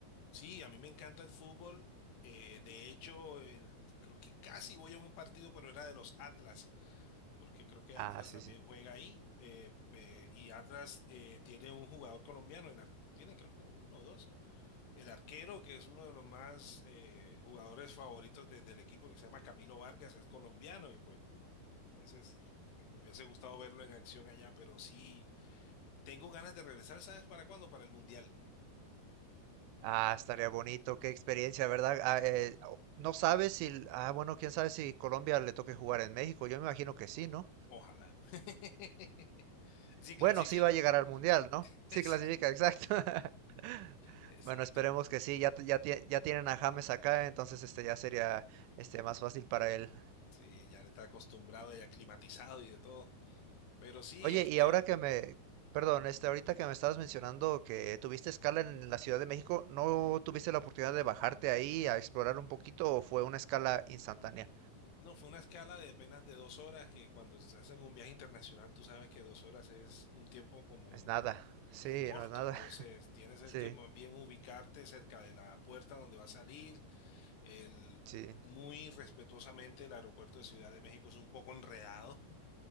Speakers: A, on the left; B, on the right.
A: Sí, a mí me encanta el fútbol. eh, de hecho, el- creo que casi voy a un partido, pero era de los Atlas. porque creo que
B: Ah,
A: Atlas
B: sí,
A: también
B: sí.
A: juega ahí. eh, eh, y Atlas eh, tiene un jugador colombiano, el ar- tiene creo que uno o dos. El arquero, que es uno de los más eh, jugadores favoritos de- del equipo, que se llama Camilo Vargas, es colombiano y pues. Entonces, me hubiese gustado verlo en acción allá, pero sí, tengo ganas de regresar, ¿sabes para cuándo? Para el Mundial.
B: Ah, estaría bonito, qué experiencia, ¿verdad? Ah, eh, no sabes si, ah, bueno, quién sabe si Colombia le toque jugar en México. Yo me imagino que sí, ¿no?
A: Ojalá. <laughs> Si clasifica,
B: Bueno, sí va a llegar
A: pues.
B: al Mundial, ¿no?
A: <laughs>
B: <laughs> Sí
A: Exacto,
B: clasifica, exacto. <laughs>
A: exacto.
B: Bueno, esperemos
A: por-
B: que sí, ya, t- ya, tie- ya tienen a James acá, entonces este ya sería este más fácil para él.
A: Sí, ya está acostumbrado y aclimatizado y de todo. Pero sí,
B: Oye,
A: este.
B: y ahora que me, perdón, este ahorita que me estabas mencionando que tuviste escala en la Ciudad de México, ¿no tuviste la oportunidad de bajarte ahí a explorar un poquito o fue una escala instantánea?
A: No, fue una escala de apenas de dos horas, que cuando se hacen un viaje internacional, tú sabes que dos horas es un tiempo como
B: Es nada. Sí,
A: es corto,
B: no es nada.
A: entonces
B: <laughs>
A: tienes es
B: Sí,
A: que más bien ubicarte cerca de la puerta donde va a salir. El,
B: sí,
A: muy respetuosamente, el aeropuerto de Ciudad de México es un poco enredado